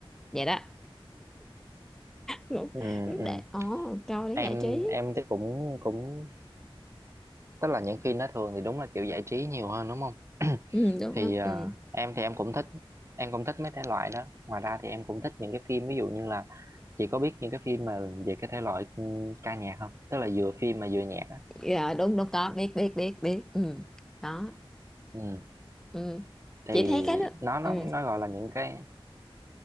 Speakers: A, in the centre; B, on the right.
A: vậy đó đúng
B: ừ ừ
A: để ồ câu để
B: em
A: giải trí
B: em thì cũng cũng tức là những phim đó thường thì đúng là kiểu giải trí nhiều hơn đúng không <clears throat>
A: ừ, đúng
B: thì
A: đúng
B: à,
A: ừ.
B: em thì em cũng thích em cũng thích mấy thể loại đó ngoài ra thì em cũng thích những cái phim ví dụ như là chị có biết những cái phim mà về cái thể loại ừ, ca nhạc không tức là vừa phim mà vừa nhạc á
A: dạ đúng đúng có biết biết biết biết ừ. đó
B: ừ.
A: ừ.
B: thì
A: chị thấy cái đó
B: nó nó
A: ừ.
B: nó gọi là những cái